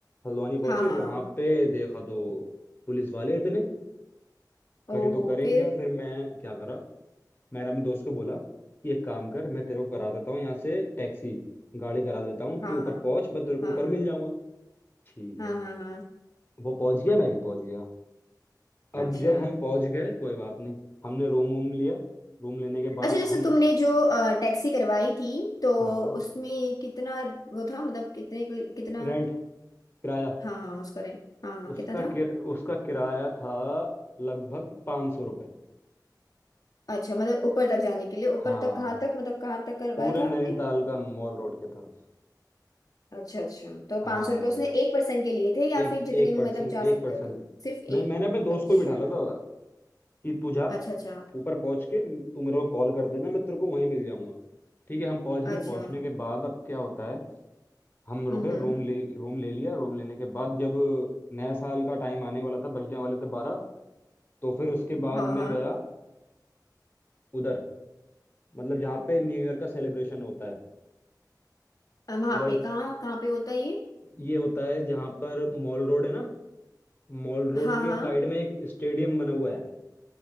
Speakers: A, on the left; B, on the left.
A: हल्द्वानी पहुंचे
B: हाँ हाँ
A: वहां
B: हाँ
A: पे देखा तो पुलिस वाले इतने करें
B: ओहो
A: तो करेंगे
B: फिर
A: फिर मैं क्या करा मैंने अपने दोस्त को बोला कि एक काम कर मैं तेरे को करा देता हूँ यहाँ से टैक्सी गाड़ी करा देता हूँ
B: हाँ
A: तू ऊपर
B: हाँ
A: पहुंच मैं तेरे को
B: हाँ
A: ऊपर मिल जाऊंगा ठीक
B: हाँ
A: है
B: हाँ हाँ हाँ,
A: वो पहुंच गया मैं भी पहुंच गया अब
B: अच्छा
A: जब हम पहुंच गए कोई बात नहीं हमने रूम वूम लिया रूम लेने के बाद
B: अच्छा जैसे
A: हम
B: तुमने जो अ, टैक्सी करवाई थी तो
A: हाँ
B: उसमें कितना वो था मतलब कितने कितना
A: रेंट किराया
B: हाँ हाँ उसका रेंट हाँ हाँ
A: उसका
B: कितना था
A: किर, उसका किराया था लगभग पाँच सौ रुपये
B: अच्छा मतलब ऊपर तक जाने के लिए ऊपर
A: हाँ
B: तक कहाँ तक मतलब कहाँ तक करवाया
A: पूरे
B: था आपने
A: नैनीताल का मॉल रोड की तरफ
B: अच्छा अच्छा तो पाँच
A: हाँ
B: सौ रुपये उसने एक पर्सन के लिए थे या
A: एक
B: फिर जितने
A: एक
B: में
A: पर्सन
B: मतलब जा
A: एक
B: सकते
A: पर्सन
B: हो तुम सिर्फ
A: मैं
B: एक
A: मैंने अपने दोस्त
B: अच्छा
A: को ही बिठा ला था कि तू जा
B: अच्छा अच्छा
A: ऊपर पहुंच के तू मेरे को कॉल कर देना मैं तेरे को वहीं मिल जाऊंगा ठीक है हम पहुंच
B: अच्छा
A: गए पहुंचने के बाद अब क्या होता है हम रुके
B: हम्म हम्म
A: रूम ले रूम ले लिया रूम लेने के बाद जब नया साल का टाइम आने वाला था बजने वाले थे बारह तो फिर उसके बाद
B: हाँ हाँ
A: मैं गया उधर मतलब जहाँ पे न्यू ईयर का सेलिब्रेशन होता है
B: वहां
A: उधर
B: पे कहाँ कहाँ पे होता है ये
A: ये होता है जहाँ पर मॉल रोड है ना मॉल रोड
B: हाँ
A: के
B: हाँ
A: साइड में एक स्टेडियम बना हुआ है